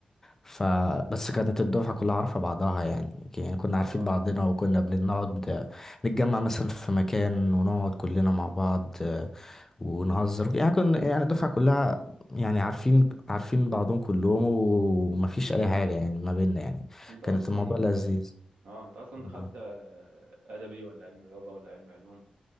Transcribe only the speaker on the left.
فبس كانت الدفعة كلها عارفة بعضها يعني يعني كنا عارفين
بعضنا وكنا بنقعد آه، نتجمع مثلا في مكان ونقعد كلنا مع بعض آه، ونهزر يعني كنا يعني الدفعة كلها يعني عارفين عارفين بعضهم كلهم ومفيش أي حاجة يعني ما بيننا يعني
كانت
الموضوع لذيذ
آه.